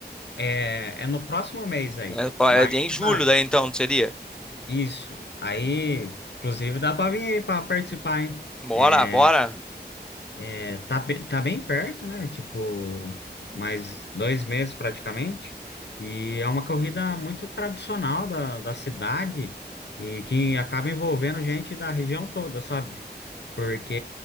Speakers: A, on the left; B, in the centre.
A: É, é no próximo mês aí.
B: É, pa-
A: Mas
B: é em julho
A: tá,
B: daí, então, não seria?
A: isso. Aí, inclusive, dá pra vir aí pra participar, hein?
B: Bora,
A: É,
B: bora.
A: É, tá, be- tá bem perto, né? Tipo, mais dois meses praticamente. E é uma corrida muito tradicional da, da cidade e que acaba envolvendo gente da região toda, sabe? Porque